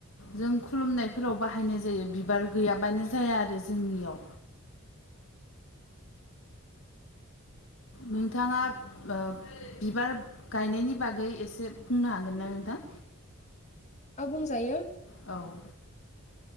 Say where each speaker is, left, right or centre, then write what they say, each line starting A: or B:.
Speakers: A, on the left; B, on the left.
A: जों खुलुमनायफोराव बाहायनाय जायो बिबार गैयाबानो
B: उम
A: जाया आरो जोंनियाव नोंथाङा बिबार गायनायनि बागै एसे बुंनो हागोन ना नोंथां?
B: ओ बुंजायो
A: औ